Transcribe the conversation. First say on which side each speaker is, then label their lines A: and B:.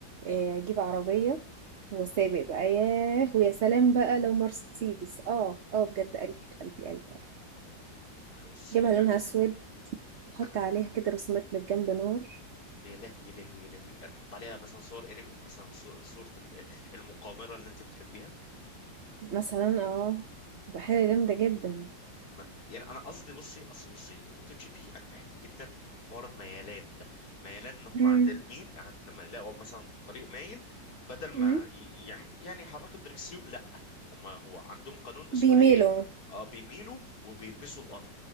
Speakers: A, on the right; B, on the left.
A: آه، أجيب عربية وسابق بقى ياه ويا سلام بقى لو مرسيدس اه اه بجد قلبي قلبي قلبي قلبي.
B: والله بصي
A: جيبها لونها
B: انا
A: أسود أحط
B: انا
A: عليها كده رسومات من جنب نور
B: يا لهوي يا لهوي يا لهوي انا احط عليها مثلا صور انمي مثلا صو- صورة ال- المقامرة اللي انت بتحبيها
A: مثلا اه تبقى حاجة جامدة جدا
B: ما- يعني انا قصدي بصي اصل بصي الموتو جي بي انا بحب جدا حوار الميلان ده ميلان ان هم
A: امم
B: عند الميل عند لما يلاقوا مثلا طريق مايل بدل ما
A: امم
B: ي- يعمل يعني يحركوا الدركسيون لا هم هو عندهم قانون اسمها
A: بيميلوا
B: ايه اه بيميلوا وبيلمسوا الارض